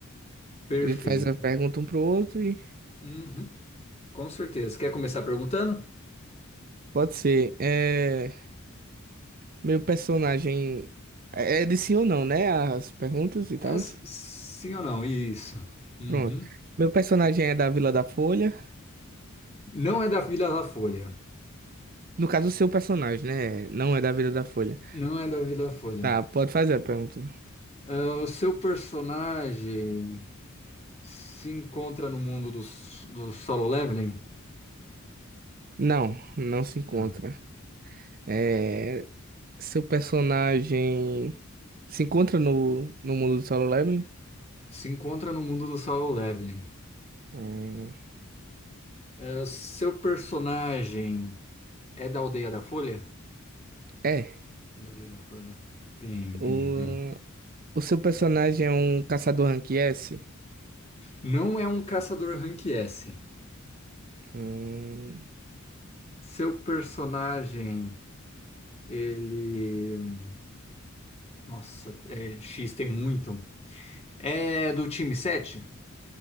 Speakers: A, on the left; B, on the right.
A: Perfeito.
B: A gente faz a pergunta um pro outro e.
A: Uhum, com certeza. Quer começar perguntando?
B: Pode ser. É... Meu personagem. É é de sim ou não, né? As perguntas e tal.
A: É, s- sim ou não? Isso. Uhum.
B: Pronto. Meu personagem é da Vila da Folha.
A: Não é da Vila da Folha.
B: No caso, o seu personagem, né? Não é da Vila da Folha.
A: Não é da Folha.
B: Tá, pode fazer a pergunta.
A: Ah, o seu personagem se encontra no mundo do, s- do solo leveling?
B: Não, não se encontra.
A: Não.
B: É, seu personagem se encontra no, no mundo do Solo Leveling?
A: Se encontra no mundo do solo leveling.
B: Hum,
A: É, seu personagem é da Aldeia da Folha?
B: é.
A: É da Aldeia da Folha. Bem, bem,
B: O,
A: bem.
B: o seu personagem é um caçador rank S?
A: Não é um caçador rank S.
B: Hum,
A: Seu personagem, ele. Nossa, é, X tem muito. É do time 7?